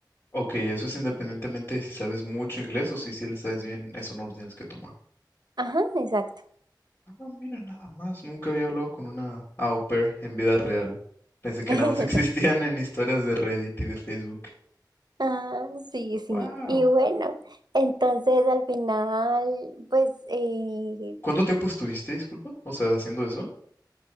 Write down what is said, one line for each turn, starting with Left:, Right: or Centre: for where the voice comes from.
Left: Ok, eso es independientemente de si sabes mucho inglés o si sí le sabes bien, eso no lo tienes que tomar.
Right: Ajá, exacto.
Left: Ah, mira, nada más, nunca había hablado con una au pair en vida real. Pensé que
Right: <laughs>
Left: nada más <laughs> existían en historias de Reddit y de Facebook.
Right: Ah, sí, sí.
Left: Wow.
Right: Y bueno, entonces al final, pues, eh,
Left: ¿Cuánto tiempo estuviste, disculpa? O sea, haciendo eso.